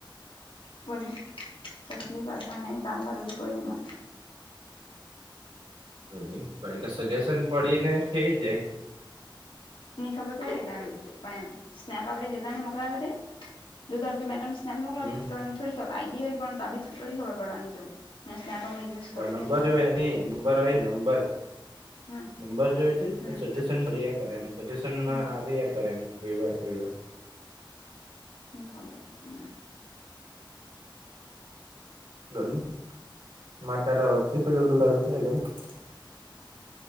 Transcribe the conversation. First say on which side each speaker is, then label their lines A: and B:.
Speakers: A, on the left; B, on the right.
A: બલો કસલી કસા નહી કામ વાળું ભી કોઈ ન મારે
B: બો પણ એ તો સજેશન પડીને થઈ જાય.
A: ની ખબર પડે ત એમ પણ એમ સ્નેપ આપડે જેટલાને મોકલાવીતી દુધ <unintelligible>
B: હમ
A: થોડીક આઈડિયા હોય પણ તો બી થોડી ખબર પડવાની જો કરું
B: નંબર
A: કે ની કરું
B: જો હોય ન નંબર હોય નંબર
A: હમ
B: નબર જો
A: હમ
B: તો સજેશન કર્યા કરે એમ સજેશનમાં
A: હમ
B: આવીયા કર્યારે એમ કોઈ વાર કોઈ વાર
A: હમ ખબર છે તમામને
B: <unintelligible>